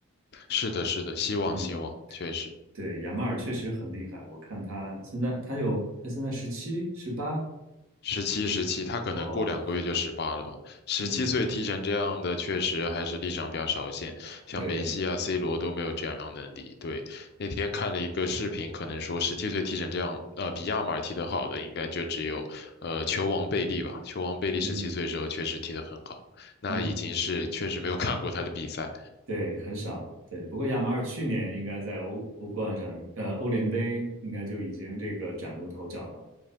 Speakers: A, on the left (about 45°); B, on the right (about 70°).
A: 是的，是的，希望希望，
B: 嗯，
A: 确实，
B: 对，亚马尔确实很厉害，我看他现在他有他现在十七、十八。
A: 十七十七，他可能过两个月就十八了吧。
B: 哇，
A: 十七岁踢成这样的，
B: 嗯，
A: 确实还是历史上比较少见，像梅西啊、
B: 对，
A: C 罗都没有这样的能力。对，那天看了一个视频，可能说十七岁踢成这样，呃，比亚马尔踢得好的，应该就只有呃球王贝利吧。球王贝利十七岁的时候确实踢得很好，
B: 嗯
A: 那已经是确实没有看过他的比赛。
B: 嗯，对，很少了，对。不过亚马尔去年应该在欧欧冠上，呃，欧联杯应该就已经这个崭露头角了。